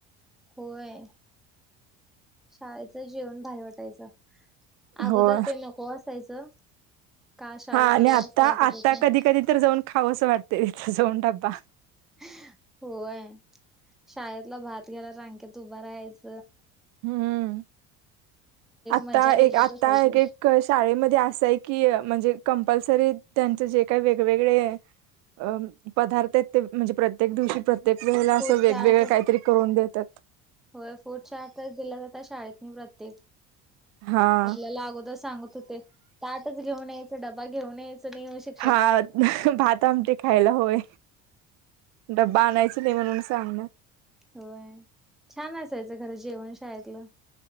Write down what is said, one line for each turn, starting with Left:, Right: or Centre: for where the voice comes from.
Centre: होय. शाळेच जीवन भारी वाटायचं अगोदर
Right: होय
Centre: ते नको असायचं का शाळेला
Right: हा आणि
Centre: चालोय
Right: आता
Centre: असं वाटत
Right: आता
Centre: होत
Right: कधी कधी तर जाऊन खावंसं वाटते तिथं जाऊन डब्बा.
Centre: <inaudible> होय, शाळेतला भात घ्यायला रांकेत उभं राहायच.
Right: हम्म, आता
Centre: मजा
Right: एक,
Centre: वेगळीच
Right: आता
Centre: असायची
Right: एक, एक क शाळेमध्ये असं आहे की म्हणजे कंपल्सरी त्यांच जे काही वेगवेगळे अ पदार्थ आहेत ते म्हणजे प्रत्येक दिवशी, प्रत्येक वेळेला असं
Centre: फूड
Right: वेगवेगळ
Centre: चार्ट
Right: काहीतरी करून देतात.
Centre: होय, फूड चार्टच दिला जातात शाळेतनी प्रत्येक
Right: हा
Centre: आपल्याला अगोदर सांगत होते ताटच घेऊन यायचं डबा घेऊन यायचं नाही येऊ शक
Right: हा, भाता, आमटी खायला होय, डबा आनायचा नाही म्हणून सांगण.
Centre: होय, छान असायचं खर जेवण शाळेतलं.